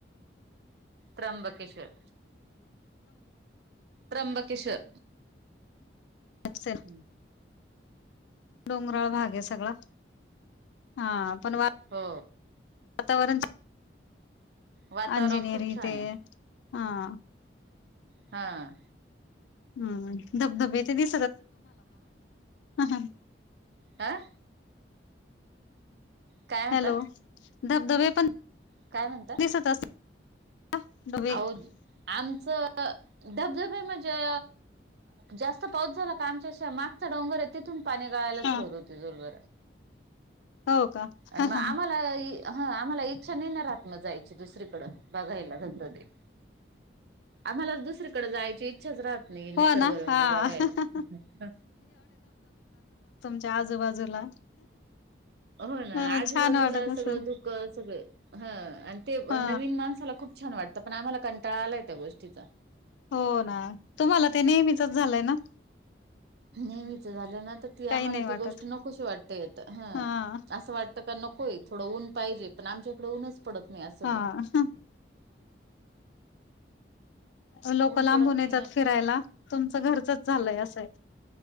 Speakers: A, on the right (about 60°); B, on the left (about 75°).
A: त्र्यंबकेशोर त्र्यंबकेशोर.
B: अच्छा!
A: हम्म.
B: डोंगराळ भाग आहे सगळा हा पण वा
A: हो
B: वातावरण
A: वातावरण
B: अंजिनीयरिंग
A: खूप छान
B: ते
A: आहे
B: हा. <unintelligible>
A: हा.
B: हम्म धबधबे ते <unintelligible> हा.
A: आह. काय म्हणता
B: हॅलो! धबधबे पण.
A: काय म्हणता
B: दिसत असतं डबे.
A: अहो
B: <unintelligible>
A: आमचं धबधबे म्हणजे जास्त पाऊस झाला का, आमच्याा मागचा डोंगर आहे तिथून पाणी गाळायला सुरुवात
B: हा
A: होते जोर जोरात.
B: हो का?
A: आणि
B: काय
A: मग आम्हाला ह आम्हाला इच्छा नाही ना, राहत मग जायची दुसरीकडं. बघायला गणपती आम्हाला, दुसरीकडे जायची इच्छा. इच्छा राहत नाही, निसर्ग
B: हो ना
A: रम्य
B: हा
A: बघायला.
B: च्या आजूबाजूला.
A: हो ना
B: अ
A: आजूबाजूला
B: छान वाटत असेल.
A: सगळं दुख क सगळ ह आणि ते
B: हा
A: नवीन माणसाला खूप छान वाटत. तर पण आम्हाला कंटाळा आलाय, त्या गोष्टीचा.
B: हो ना तुम्हाला ते नेहमीच झालंय ना.
A: नेहमीच झालं ना तर. ती
B: काही
A: आम्हाला
B: नाही वाटत.
A: ती गोष्ट नकोशी वाटते येत, हं
B: हा
A: असं वाटतं का नको येत थोडं ऊन पाहिजे पण, आमच्याकडे ऊनच पडत नाही सगळं
B: हा लोक
A: ऊन
B: लांबून
A: पडत नाही
B: येतात
A: ना
B: फिरायला, तुमचं घरच झालंय असंय